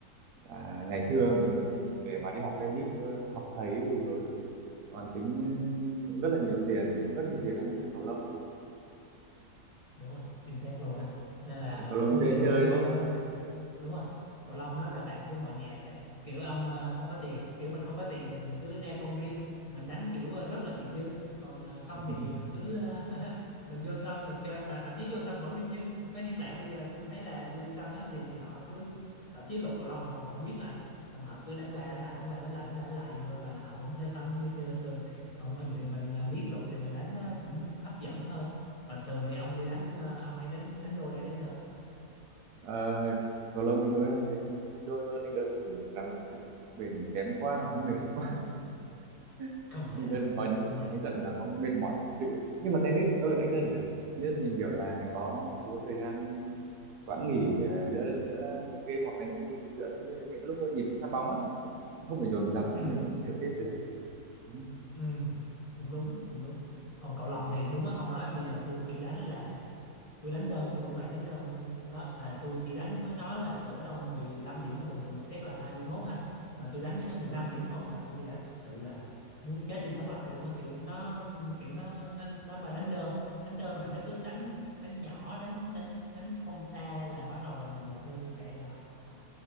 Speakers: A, on the right (about 85°); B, on the left (about 25°).
A: và ngày
B: đúng
A: xưa
B: rồi
A: để, mà- để mà đi học tennis ờ, học thầy ui rồi còn tính ừ, rất là nhiều tiền rất nhiều tiền hơn cầu lông
B: đúng rồi chính xác luôn á nên là
A: Vì cầu lông
B: tôi
A: dễ
B: thì hồi
A: chơi
B: xưa
A: đúng
B: tôi đó
A: không?
B: đúng rồi cầu lông nó là bạn của mọi nhà đấy kiểu ông ờ, không có tiền kiểu mình không có tiền thì mình cứ ra công viên mình đánh kiểu ờ, rất là nghiệp dư còn ờ, không
A: <laughs>
B: thì mình cứ ờ, <laughs> mình vô sân mình chơi mà thậm chí vô sân vẫn nghiệp dư có những bạn bây giờ tôi thấy là tôi đi sân á thì họ cứ thậm chí luật cầu lông họ còn không biết mà xong họ cứ đánh qua đánh lại đánh qua đánh lại đánh qua đánh lại vậy thôi mà họ vẫn thế sân như chơi thường còn mình thì mình ờ, biết luật thì mình đánh nó cũng hấp dẫn hơn mà thường thì ông đi đánh ờ, ông hay đánh đánh đôi hay đánh đơn
A: Ờ, cầu lông thì tôi hay đánh đánh đôi hơn đánh đơn thì khá là sức bền mình kém quá nó mệt quá <laughs>
B: công
A: đánh
B: nhận
A: đơn có những
B: công
A: có
B: nhận
A: những trận là có mệt mỏi thật sự nhưng mà tennis thì tôi đánh đơn được tennis mình kiểu là có một số thời gian quãng nghỉ à, giữa giữa game hoặc là những giữa những, những lúc có nhịp phát bóng ấy nó không bị dồn dập
B: Ừ.
A: mình vẫn điều tiết được Ừ.
B: Ừ, cũng đúng, cũng đúng. Còn cậu Long
A: Ừ.
B: thì đúng á, ông nói bây giờ tôi kiểu đánh là tôi đánh đơn, tôi rủ bạn đánh đơn đó là tôi chỉ đánh với nó là cỡ đâu 15 điểm thôi, bình thường một set là 21 ha. Mà tôi đánh với nó 15 điểm thôi mà tôi đã thực sự là muốn chết đi sống lại luôn á, kiểu nó kiểu nó nó nó mà đánh đơn, đánh đơn là nó cứ đánh đánh nhỏ, đánh đánh đánh phong xa là bắt đầu là mình là coi như chạy là học học